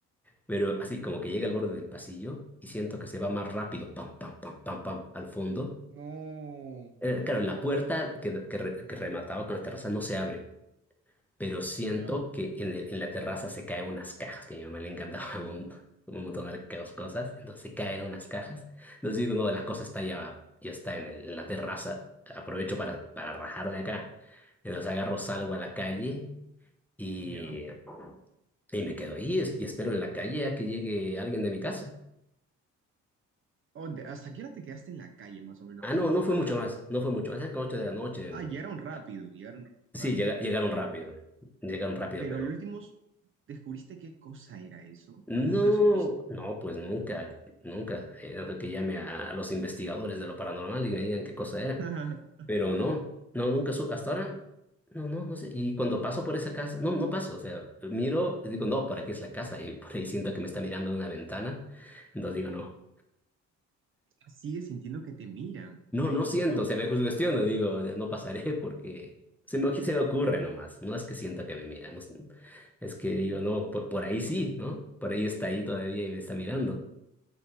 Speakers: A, in the centre; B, on the right (about 45°).
A: Pero así como que llega al borde del pasillo y siento que se va más rápido, pam, pam, pam, pam, pam, al fondo.
B: No,
A: Eh, claro, la puerta que, que, re- que remataba con la terraza no se abre. pero siento
B: ya,
A: que en, el- en la terraza se caen unas cajas, que a mi mamá le encantaban un, un montón de ca- cosas, entonces se caen unas cajas. Entonces digo, no, la cosa está ya, ya está en, el- en la terraza, aprovecho para, para rajar de acá. Entonces agarro, salgo a la calle y,
B: ya.
A: y me quedo ahí es- y espero en la calle a que llegue alguien de mi casa.
B: Oh, de- ¿hasta qué hora te quedaste en la calle, más o menos,
A: Ah,
B: como
A: no, no
B: para...
A: fue mucho más, no fue mucho más, eran como 8 de la noche.
B: Ah, llegaron rápido,
A: Ya.
B: llegaron
A: Sí,
B: rápido.
A: llega- llegaron rápido, llegaron rápido,
B: Pero
A: pero...
B: al último, ¿descubriste qué cosa era eso?
A: No,
B: ¿O nunca supiste?
A: no, pues nunca, nunca. Era de que llame a, a los investigadores de lo paranormal y me digan qué cosa
B: <laughs>
A: era. Pero no, no, nunca, su- hasta ahora, no, no, no sé. Y cuando paso por esa casa, no, no paso. O sea, miro y digo, no, ¿para aquí es la casa? Y por ahí siento que me está mirando de una ventana. Entonces digo, no,
B: Sigues sintiendo que te miran
A: no,
B: por ahí,
A: no siento.
B: si es cuando
A: O sea,
B: pasa.
A: me sugestiono, digo, no pasaré porque se me, se me ocurre nomás. No es que sienta que me mira, no es es que digo, no, por, por ahí sí, ¿no? Por ahí está ahí todavía y me está mirando.